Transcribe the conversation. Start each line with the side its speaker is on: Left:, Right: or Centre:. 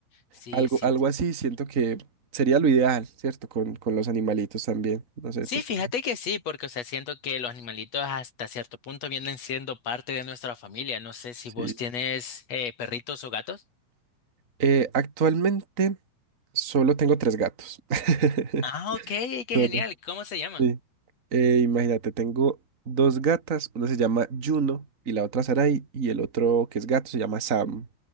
Left: sí,
Right: Algo,
Left: sí.
Right: algo así siento que sería lo ideal, ¿cierto? Con, con los animalitos también. No sé,
Left: Sí,
Right: tú qué
Left: fíjate
Right: piensas.
Left: que sí, porque, o sea, siento que los animalitos hasta cierto punto vienen siendo parte de nuestra familia. No sé si
Right: Sí.
Left: vos tienes eh, perritos o gatos.
Right: Eh, actualmente solo tengo tres gatos. <laughs>
Left: Ah, ok, qué genial.
Right: Solo.
Left: ¿Cómo se llaman?
Right: Sí. Eh, imagínate, tengo dos gatas, una se llama Juno y la otra Sarai, y el otro que es gato se llama Sam.